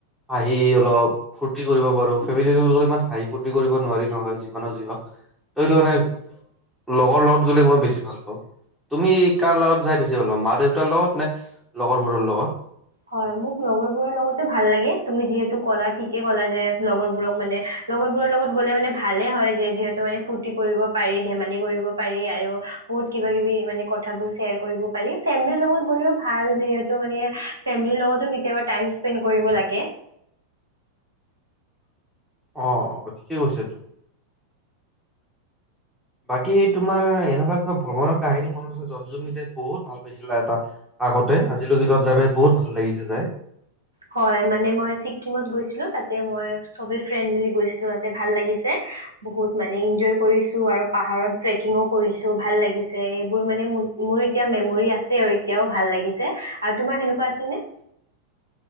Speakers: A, in the centre; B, on the right.
A: হাঁহি অলপ ফূতি কৰিব পাৰো ফেমেলিৰ লগত গলে ইমান হাঁহি ফূৰ্তি কৰিব নোৱাৰি নহয় যিমানো যি হক সেইকাৰণে লগৰ লগত গ'লে মই বেছি ভাল পাওঁ তুমি কাৰ লগত যাই বেছি ভাল পাওঁ মা দেউতাৰ লগত নে লগৰবোৰলগত
B: হয় মোক লগবোৰৰ লগতেই ভাল লাগে তুমি যিহেতু কলা ঠিকে কলা যে লগবোৰক মানে লগৰ বোৰ লগত গলে মানে ভালে হয় যিহে যিহেতু ৰ্ফুতি কৰিব পাৰি ধেমালি কৰিব পাৰি আৰু বহুত কিবা কিবি মানে কথাবোৰ চেয়াৰ কৰিব পাৰি ফেমলি লগত গলেও ভাল যিহেতু মানে ফেমিলিৰ লগতো কেতিয়াবা টাইম স্পেন্ড কৰিব লাগে
A: অ অ ঠিকেই কৈছে তুমি বাকী তোমাৰ এনেকুৱা কিবা ভ্ৰমণৰ কাহিনী মন আছে যত জুমি যাই বহুত ভাল পাইছিলা এটা আগতে আজিলৈকে যত যাই পাই বহুত ভাল লাগিছে যাই
B: হয় মানে মই ছিকিমত গৈছিলোঁ তাতে মই ছবেই ফ্ৰেণ্ড মিলি গৈছিলোঁ তাতে ভাল লাগিছে বহুত মানে ইঞ্জয় কৰিছো আৰু পাহাৰত ট্ৰেকিং ও কৰিছো ভাল লাগিছে এইবোৰ মানে মোৰ এতিয়া মেমৰী আছে আৰু এতিয়াও ভাল লাগিছে আৰু তোমাৰ সেনেকুৱা আছেনে?